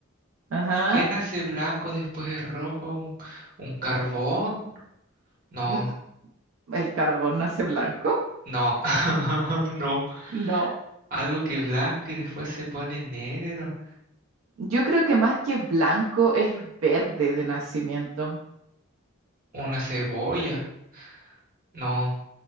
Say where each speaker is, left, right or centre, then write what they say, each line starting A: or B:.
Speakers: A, on the right; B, on the right.
A: Ajá.
B: ¿Qué nace blanco, después es rojo? ¿Un, un carbón? No,
A: Mm, mm, ¿El carbón nace blanco?
B: no, <laughs> no.
A: No.
B: Algo que es blanco y después se pone negro.
A: Yo creo que más que blanco es verde de nacimiento,
B: Una cebolla. No,